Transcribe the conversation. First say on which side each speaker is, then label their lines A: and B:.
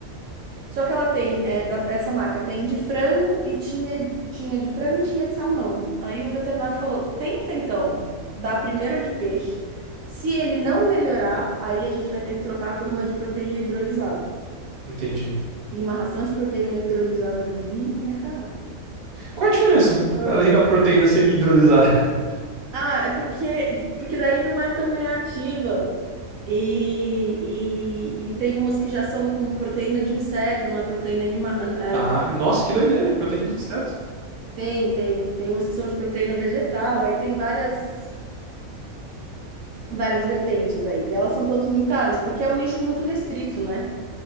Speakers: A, on the right; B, on the right.
A: Só que ela tem, é, da- essa marca tem de frango e tinha, tinha de frango e tinha de salmão. Aí o veterinário falou: tenta então dar primeiro a de peixe. Se ele não melhorar, aí a gente vai ter que trocar por uma de proteína hidrolisada.
B: Entendi.
A: E uma ração de proteína hidrolisada, menino, como é caro.
B: Qual é a diferença? Além da proteína ser hidrolisada. <laughs>
A: Ah, é porque, porque daí não é tão reativa. E, e, e tem umas que já são com proteína de inseto, não é proteína animal, é
B: Ah,
A: proteína
B: nossa, que doideira, proteína de inseto.
A: Tem, tem, tem umas que são de proteína vegetal, aí tem várias várias vertentes aí. E elas são todas muito caras, porque é um nicho muito restrito, né?